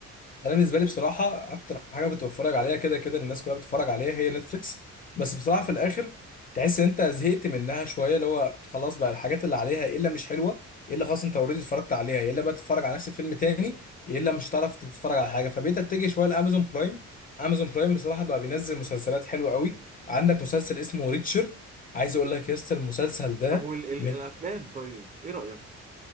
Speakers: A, on the left; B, on the right.
A: انا بالنسبه لي بصراحه اكتر حاجه كنت بتفرج عليها كده كده الناس كلها بتتفرج عليها هي نتفليكس بس بصراحه في الاخر تحس ان انت زهقت منها شويه اللي هو خلاص بقى الحاجات اللي عليها ايه الا مش حلوه ايه الا خلاص انت اوريدي اتفرجت عليها ايه الا بقى تتفرج على نفس الفيلم تاني ايه الا مش هتعرف تتفرج على حاجه فبقيت اتجه شويه لامازون برايم امازون برايم بصراحه بقى بينزل مسلسلات حلوه قوي عندك مسلسل اسمه ريتشر عايز اقول لك يا اسطى المسلسل ده
B: طب والأفلام
A: من
B: طيب إيه رأيك؟